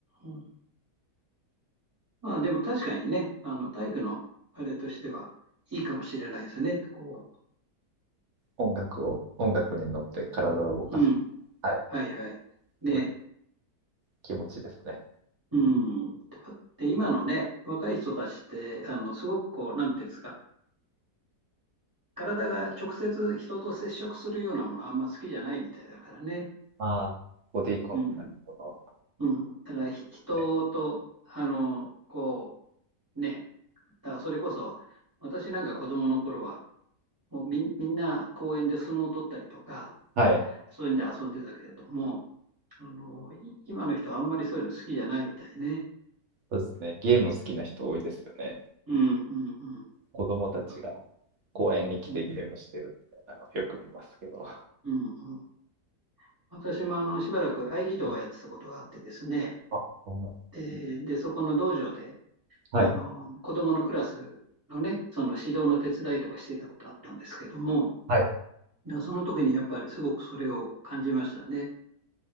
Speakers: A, on the right; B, on the right.
A: んうんまあでも確かにね、あの、体育のあれとしてはいいかもしれないですね。こ
B: 音楽を、音楽に乗って体を動かす。
A: う、うん、
B: はい。
A: はいはい。ね
B: という気持ちですね。
A: うん。で、今のね、若い人たちって、あの、すごくこう、なんていうんですか、体が直接人と接触するようなものあんま好きじゃないみたいだからね。
B: ああ、ボディコンタクトの、
A: うん。うん。だからひ人と、
B: ね。
A: あの、こう、ね、だからそれこそ、私なんか子供の頃は、もうみん、みんな公園で相撲を取ったりとか、
B: はい。
A: そういうんで遊んでたけれども、あの、い今の人はあんまりそういうの好きじゃないみたいね。
B: そうですね。ゲーム好きな人多いですよね。
A: うん、うん、うん。
B: 子供たちが
A: うん、
B: 公園に来てゲームしてるみたいなのよく見ますけど。
A: うん、うん。うん私もあのしばらく合気道をやってたことがあってですね、
B: あ、そうなんです。
A: で、でそこの道場で
B: はい。
A: あの子どものクラスのね、その指導の手伝いとかしていたことあったんですけども、
B: はい。
A: だからその時にやっぱりすごくそれを感じましたね。